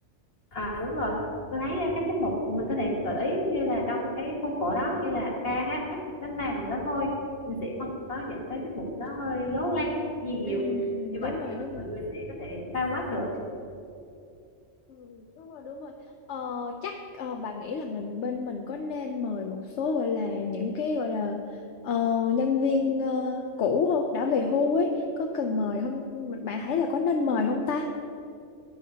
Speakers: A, on the left; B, on the left.
A: à đúng rồi tôi thấy ờ, các tiết mục mình có thể gợi ý như là trong cái khuôn khổ đó như là ca hát đánh đàn rồi đó thôi mình sẽ không có những cái tiết mục nó hơi lố lăng gì nhiều
B: ừ, ừ,
A: như vậy
B: đúng rồi
A: thì
B: đúng
A: mọi
B: rồi
A: người sẽ có thể bao quát được
B: Ừ, đúng rồi đúng rồi ờ, chắc ờ, bà nghĩ là mình bên mình có nên mời một số gọi là những cái gọi là ờ, nhân viên ờ, cũ không đã về hưu ấy có cần mời không mình bạn thấy là có nên mời không ta